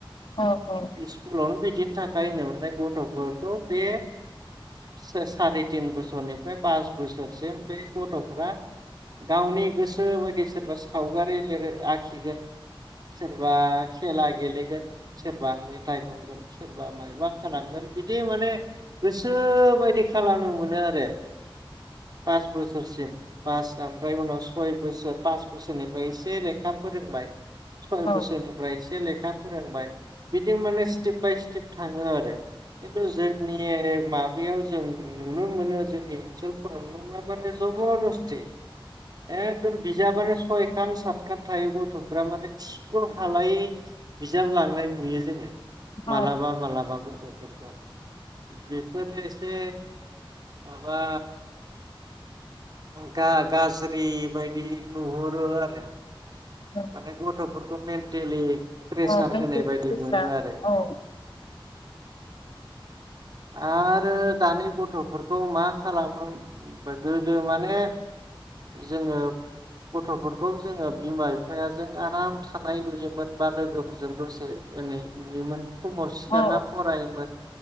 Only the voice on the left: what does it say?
औ औ
औ
औ
औ
अ म
<inaudible>
औ
औ